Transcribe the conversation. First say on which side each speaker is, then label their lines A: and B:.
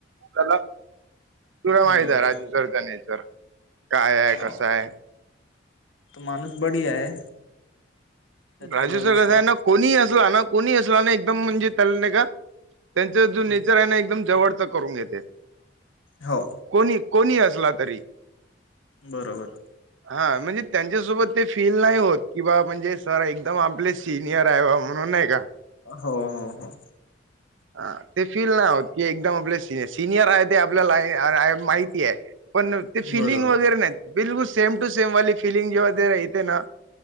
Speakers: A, on the right (about 75°); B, on the left (about 85°).
A: त्याला तुला
B: हम्म
A: माहित आहे राजू सर त्या नचर काय आहे
B: हो
A: कस आहे.
B: तो माणूस बडी आहे. त्यात
A: राजू
B: काही वादच
A: सर कस
B: नाही
A: आहे ना कोणी असला ना कोणी असला ना एकदम म्हणजे त्याल नाही का. त्यांच जो
B: हम्म.
A: नेचर आहे ना एकदम जवळच करून येते.
B: हो.
A: कोणी कोणी असला तरी.
B: बरोबर.
A: हा म्हणजे त्यांच्यासोबत ते फील नाही होत कि बा म्हणजे. सर एकदम आपले सिनियर आहे बा म्हणून नाही का.
B: हो हो हो.
A: ह ते फील नाही होत की एकदम आपले स सिनियर आहे ते आपल्याला माहिती आहे. पण ते फिलिंग
B: बरोबर
A: वगैरे नाही बिलकुल सेम टू सेमवाली फिलिंग जेव्हा येते ना.